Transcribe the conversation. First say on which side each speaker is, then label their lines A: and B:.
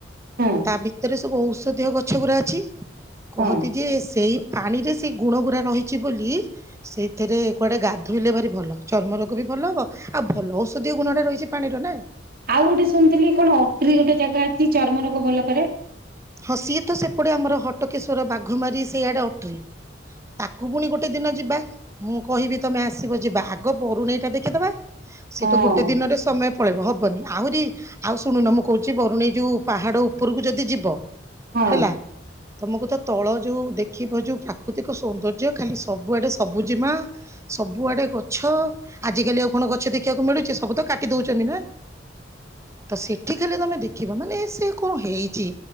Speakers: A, on the right; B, on the right.
A: ହଁ
B: ତା ଭିତରେ ସବୁ ଔ ଷଧିୟ ଗଛଗୁରା ଅଛି। କହନ୍ତି
A: ହଁ
B: ଯେ ସେଇ ପାଣିରେ ସେଇ ଗୁଣ ଗୁରା ରହିଛି ବୋଲି ସେଥିରେ କୁଆଡେ ଗାଧୋଇଲେ ଭାରି ଭଲ ଚର୍ମ ରୋଗ ବି ଭଲ ହବ ଆଉ ଭଲ ଔଷଧୀୟ ଗୁଣ ଟା ରହିଛି ପାଣିର ନା।
A: ଆଉ ଗୋଟେ ଶୁଣିଥିଲି କଣ ଅଟ୍ରି ଗୋଟେ ଜାଗା ଅଛି ଚର୍ମ ରୋଗ ଭଲ କରେ।
B: ହଁ ସିଏ ତ ସେପଟେ ଆମର ହଟକେଶ୍ୱର ବାଘମାରି ସେଇଆଡେ ଅଟ୍ରି ତାକୁ ପୁଣି ଗୋଟେ ଦିନ ଯିବା ମୁଁ କହିବି ତମେ ଆସିବ ଯିବା ଆଗ ବରୁଣେଇ ଟା ଦେଖିଦବା। ସେଇଟା
A: ହଁ
B: ଗୋଟେ ଦିନରେ ସମୟ ପଳେଇବ ହବନି ଆହୁରି ଆଉ ଶୁଣୁନ ମୁଁ କହୁଛି ବରୁଣେଇ ଯେଉଁ ପାହାଡ଼ ଉପରକୁ ଯଦି ଯିବ
A: ହଁ।
B: ହେଲା ତମକୁ ତ ତଳ ଯୋଉ ଦେଖିବ ଯୋଉ ପ୍ରାକୃତିକ ସୌନ୍ଦର୍ଯ୍ୟ ଖାଲି ସବୁଆଡେ ସବୁଜିମା ସବୁଆଡେ ଗଛ ଆଜିକାଲି ଆଉ କଣ ଗଛ ଦେଖିବାକୁ ମିଳୁଛି ସବୁ ତ କାଟ ଟି ଦଉଛନ୍ତି ନା। ତ ସେଠି ଖାଲି ତମେ ଦେଖିବା ମାନେ ସେ କଣ ହେଇଛି।